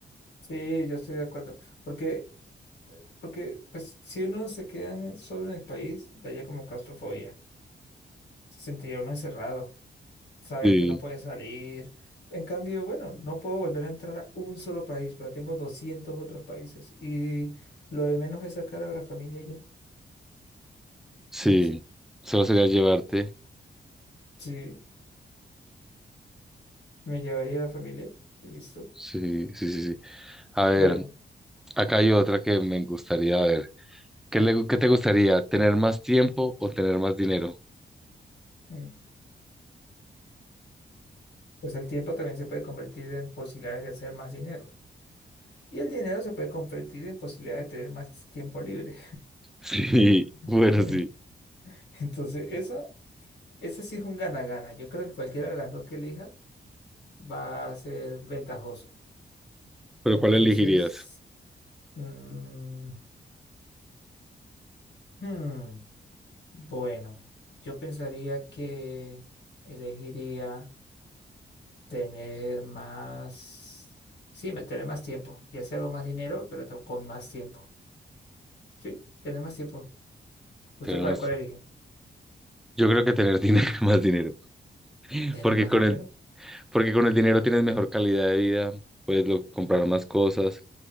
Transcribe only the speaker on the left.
Sí, yo estoy de acuerdo. Porque, porque pues, si uno se queda en el- solo en el país, daría como claustrofobia. Se sentiría uno encerrado, saber
que no puede salir. En cambio, bueno, no puedo volver a entrar a un solo país, pero tengo 200 otros países. Y lo de menos es sacar a la familia ya.
Y listo.
Sí, me llevaría a la familia. Y listo.
Bueno,
mm, pues el tiempo también se puede convertir en posibilidades de hacer más dinero. Y el dinero se puede convertir en posibilidades de tener más tiempo libre.
<laughs>
Entonces, esa, ese sí es un gana-gana. Yo creo que cualquiera de las dos que elija va a ser ventajoso.
Entonces,
mm, hmm, bueno, yo pensaría que elegiría tener más, sí, me- tener más tiempo. Ya sea hago más dinero, pero to- con más tiempo. Sí, tener más tiempo. ¿Usted
cuál,
cuál elige?
¿Tener
más
dinero?